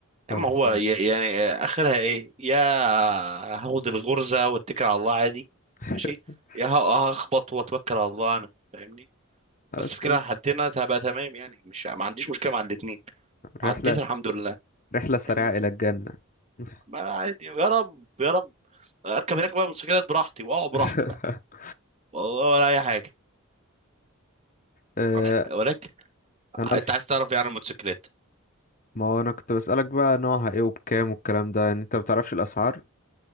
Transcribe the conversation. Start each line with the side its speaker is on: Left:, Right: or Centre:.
Left: خلص
Right: أما هو ي- يعني آخرها إيه يا هاخد الغرزة واتكل على الله عادي
Left: <laughs>
Right: ماشي يا ه- هخبط واتوكل على الله أنا فاهمني
Left: بس
Right: بس في كده حالتين أنا هبقى تمام يعني مش ما عنديش مشكلة مع الاتنين عديت
Left: رحلة
Right: الحمد لله
Left: رحلة سريعة
Right: فاهمني
Left: الى الجنة <laughs>
Right: ما عادي يا رب يا رب اركب هناك بقى موتوسيكلات براحتي واقع براحتي
Left: <laughs>
Right: بقى والله ولا اي حاجه
Left: آه،
Right: أنا- ولكن
Left: انا
Right: انت عايز تعرف يعني الموتوسيكلات
Left: ما هو انا كنت بسألك بقى نوعها ايه وبكام والكلام ده يعني انت ما بتعرفش الاسعار